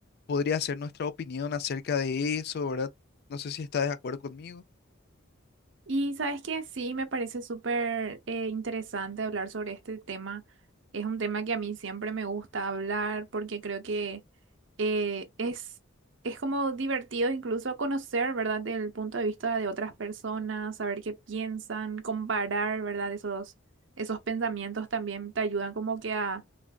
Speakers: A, on the left (about 50°); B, on the right (about 60°).
A: podría ser nuestra opinión acerca de eso, ¿verdad? No sé si está de acuerdo conmigo.
B: Y sabes que sí, me parece súper eh, interesante hablar sobre este tema. Es un tema que a mí siempre me gusta hablar porque creo que eh, es, es como divertido incluso conocer, ¿verdad?, del punto de vista de otras personas, saber qué piensan, comparar, ¿verdad? Esos, esos pensamientos también te ayudan como que a